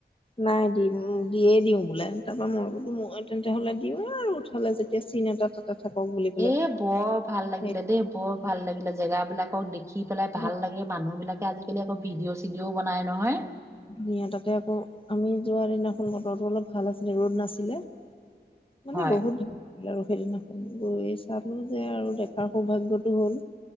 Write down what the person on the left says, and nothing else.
নাই দিম, দিয়ে দিওঁ বোলে। তাপা মই বোলো, মই তেন্তে হ'লে দিওঁ আৰু উঠ হ'লে যেতিয়া চিন এটা তাতে থাকক বুলি পেলাই।
সেই
বৰ
ধুনীয়া। তাতে আকৌ আমি যোৱা দিনাখন বতৰটো অলপ ভাল আছিলে, ৰ'দ নাছিলে। মানে
বহুত <unintelligible> এ আৰু সেদিনাখন গৈ চালোঁ যে আৰু দেখাৰ সৌভাগ্যতটো হ'ল।